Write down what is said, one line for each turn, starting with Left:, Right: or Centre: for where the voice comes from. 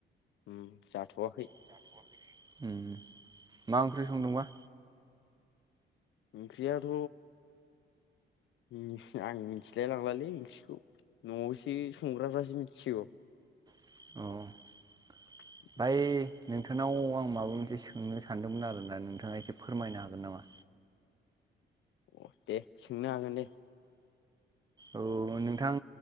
Left: उम जाथ'वाखै।
Right: <unintelligible> उम मा ओंख्रि संदोंबा?
Left: ओंख्रियाथ' उम आं मिथिलाय लांलालै ओंख्रिखौ न'आवसो बि संग्राफ्रासो मिथिसिगौ।
Right: औ
Left: <inaudible>
Right: दायो नोंथांनाव आं माबा मोनसे सोंनो सानदोंमोन आरोना नोंथाङा एसे फोरमायनो हागोन नामा?
Left: अ दे सोंनो हागोन दे।
Right: औ नोंथां